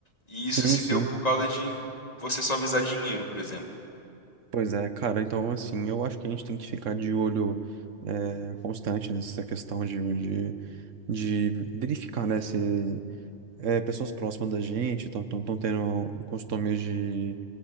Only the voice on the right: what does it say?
Sim,
sim.
Pois é, cara, então assim, eu acho que a gente tem que ficar de olho eh, constante nessa questão de, de, de verificar, né, se eh, pessoas próximas da gente estão tendo costumes de,